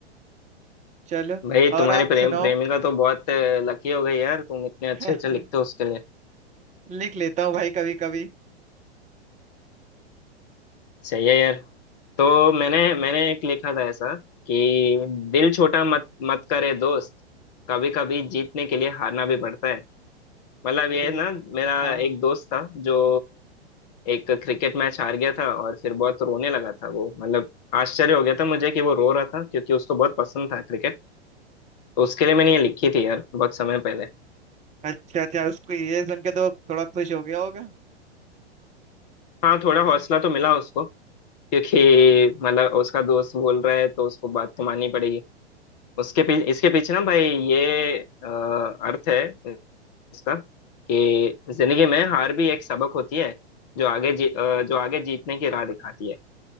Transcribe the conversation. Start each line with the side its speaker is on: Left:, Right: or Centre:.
Right: चलो
Left: भाई तुम्हारी
Right: और आप
Left: प्रेम
Right: सुनाओ
Left: प्रेमिका तो बहुत लकी हो गई यार तुम इतने
Right: <laughs>
Left: अच्छे अच्छे लिखते हो उसके लिए
Right: लिख लेता हूँ भाई कभी कभी
Left: सही है यार तो मैंने मैंने एक लिखा था ऐसा कि दिल छोटा मत मत करे दोस्त कभी कभी जीतने के लिए हारना भी पड़ता है मतलब
Right: अरे
Left: ये ना मेरा
Right: हाँ
Left: एक
Right: हाँ
Left: दोस्त था जो एक क्रिकेट मैच हार गया था और फिर बहुत रोने लगा था वो मतलब आश्चर्य हो गया था मुझे कि वो रो रहा था क्योंकि उसको बहुत पसंद था क्रिकेट तो उसके लिए मैंने ये लिखी थी यार बहुत समय पहले
Right: अच्छा अच्छा उसको ये सुन के तो थोड़ा खुश हो गया होगा
Left: हाँ थोड़ा हौसला तो मिला उसको क्योंकि
Right: हाँ
Left: मतलब उसका दोस्त बोल रहा है तो उसको बात तो माननी पड़ेगी उसके पीछे इसके पीछे ना भाई ये अ, अर्थ है इसका कि जिंदगी में हार भी एक सबक होती है जो आगे जी, अ, जो आगे जीतने की राह दिखाती है